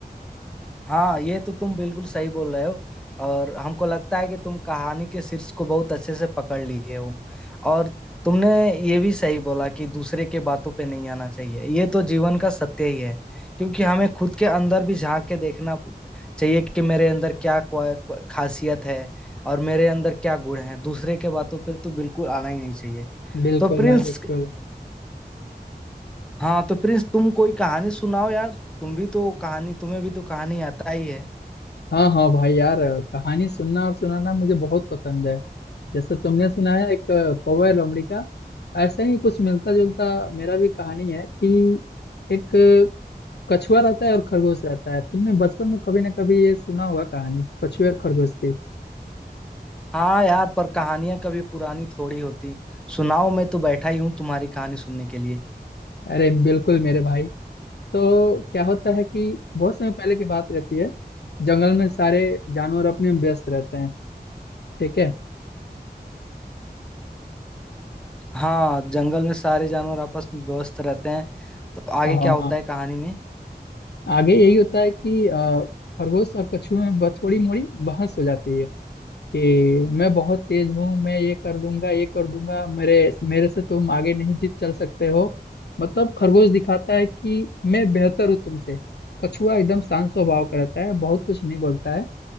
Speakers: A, in the centre; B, on the left.
A: हाँ ये तो तुम बिल्कुल सही बोल रहे हो और हमको लगता है कि तुम कहानी के शीर्ष को बहुत अच्छे से पकड़ लिए हो और तुमने ये भी सही बोला कि दूसरे के बातों पे नहीं आना चाहिए ये तो जीवन का सत्य ही है क्योंकि हमें खुद के अंदर भी झांक के देखना चाहिए कि मेरे अंदर क्या क्वा- क्वा- खासियत है और मेरे अंदर क्या गुण है दूसरे के बातों पे तो बिल्कुल आना ही नहीं चाहिए
B: बिल्कुल
A: तो प्रिंस
B: भाई बिल्कुल
A: हाँ तो प्रिंस तुम कोई कहानी सुनाओ यार तुम भी तो कहानी तुम्हें भी तो कहानी आता ही है
B: हाँ हाँ भाई यार कहानी सुनना और सुनाना मुझे बहुत पसंद है जैसे तुमने सुनाया एक कौवा लोमड़ी का ऐसा ही कुछ मिलता जुलता मेरा भी कहानी है कि एक कछुआ रहता है और खरगोश रहता है तुमने बचपन में कभी ना कभी ये सुना होगा कहानी कछुए और खरगोश की
A: हाँ यार पर कहानियां कभी पुरानी थोड़ी होती सुनाओ मैं तो बैठा ही हूँ तुम्हारी कहानी सुनने के लिए
B: अरे बिल्कुल मेरे भाई तो क्या होता है कि बहुत समय पहले की बात रहती है जंगल में सारे जानवर अपने में व्यस्त रहते हैं ठीक है
A: हाँ जंगल में सारे जानवर आपस में व्यस्त रहते हैं तो आगे
B: हाँ
A: क्या होता
B: हाँ
A: है कहानी में
B: आगे यही होता है कि अ, खरगोश और कछुए में ब- थोड़ी मोड़ी बहस हो जाती है कि मैं बहुत तेज हूँ मैं ये कर दूंगा ये कर दूंगा मेरे मेरे से तुम आगे नहीं जीत चल सकते हो मतलब खरगोश दिखाता है कि मैं बेहतर हूँ तुमसे कछुआ एकदम शांत स्वभाव का रहता है बहुत कुछ नहीं बोलता है